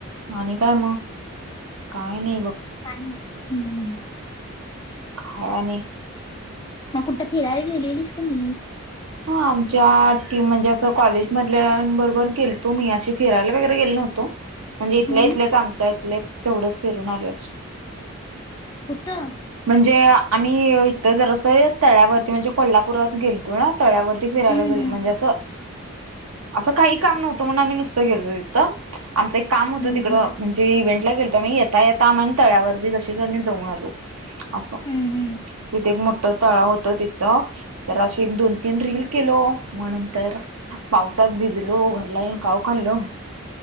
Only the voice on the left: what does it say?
<unintelligible> हम्म.
मग कुठं फिरायला गेलेलीस का नाहीस?
हम्म
कुठं?
हम्म
हम्म
हम्म
हम्म
हम्म